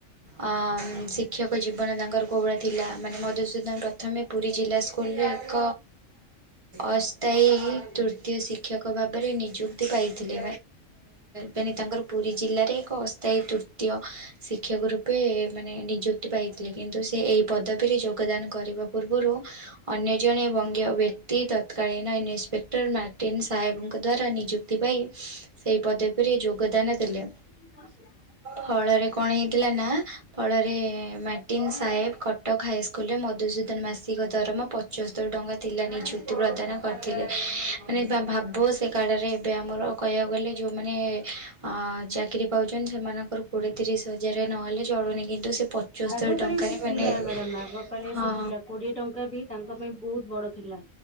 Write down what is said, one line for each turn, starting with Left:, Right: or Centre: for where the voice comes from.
Right: ଆଁ ଶିକ୍ଷକ ଜୀବନ ତାଙ୍କର କୋଉ ଭଳିଆ ଥିଲା? ମାନେ ମଧୁସୂଦନ ପ୍ରଥମେ ପୁରୀ ଜିଲ୍ଲା ସ୍କୁଲରେ ଏକ ଅସ୍ଥାୟୀ ତୃତୀୟ ଶିକ୍ଷକ ଭାବରେ ନିଯୁକ୍ତି ପାଇଥିଲେ। ମାନେ ତାଙ୍କର ପୁରୀ ଜିଲ୍ଲାରେ ଏକ ଅସ୍ଥାୟୀ ତୃତୀୟ ଶିକ୍ଷକ ରୁ ପେ ଏ ମାନେ ନିଯୁକ୍ତି ପାଇଥିଲେ, କିନ୍ତୁ ସେ ଏଇ ପଦ ପି ରେ ଯୋଗଦାନ କରିବା ପୂର୍ବରୁ, ଅନ୍ୟ ଜଣେ ବଙ୍ଗୀୟ ବ୍ୟକ୍ତି ତତ୍କାଳୀନ ଇନ୍ସ୍ପେକ ଟର୍ ମାର୍ଟିନ୍ ସାହେବଙ୍କ ଦ୍ୱାରା ନିଯୁକ୍ତି ପାଇ, ସେହି ପଦବୀରେ ଯୋଗଦାନ ଦେଲେ।
Centre: <inaudible>
Right: ଫଳରେ କଣ ହେଇଥିଲା ନା, ଫଳରେ ମାର୍ଟିନ ସାହେବ ଖ ଟକ ହାଇସ୍କୁଲରେ ମଧୁସୂଦନ ମାସିକ ଦରମା ପଚସ୍ତରୀ ଟଙ୍କା ଥିଲା ନିଯୁକ୍ତି ପ୍ରଦାନ କରିଥିଲେ। <inaudible> ମାନେ ଭାବ ସେକାଳରେ ଏବେ ଆମର କହିବାକୁ ଗଲେ ଯେଉଁମାନେ, ଆଁ ଚାକିରି ପାଉଛନ୍ତି ସେମାନ ର କୋଡିଏ, ତିରିଶ ହଜାର, ନ ହେଲେ ଚଳୁନି କିନ୍ତୁ ସେ ପଚସ୍ତରୀ
Centre: ଆଗ କାଳେ
Right: ଟଙ୍କାରେ
Centre: ସେ
Right: ମାନେ
Centre: ଥିଲା ମ୍ୟାଡାମ, ଆଗ କାଳେ
Right: ହଁ
Centre: ସେ ଥିଲା। କୋଡିଏ ଟଙ୍କା ବି ତାଙ୍କ ପାଇଁ ବହୁତ ବଡ ଥିଲା।